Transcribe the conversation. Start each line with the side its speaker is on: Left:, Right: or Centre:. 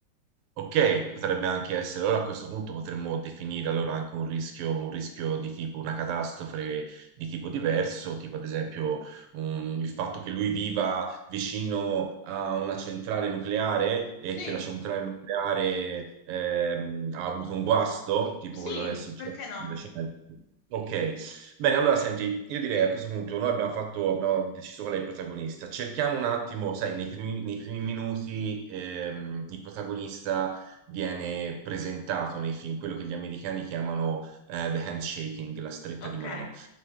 Right: Ok, potrebbe anche essere, allora a questo punto potremmo definire allora anche un rischio, un rischio di tipo una catastrofe di tipo diverso, tipo ad esempio un- il fatto che lui viva vicino a una centrale nucleare e
Left: Sì,
Right: che la centrale nucleare ehm, ha avuto un guasto, tipo
Left: sì,
Right: quello che è successo
Left: perché no?
Right: di recente. Ok, bene, allora senti, io direi a questo punto noi abbiamo fatto, abbiamo deciso qual è il protagonista. Cerchiamo un attimo, sai, nei primi, nei primi minuti ehm, il protagonista viene presentato nei film, quello che gli americani chiamano eh, the handshaking, la stretta
Left: Ok,
Right: di mano.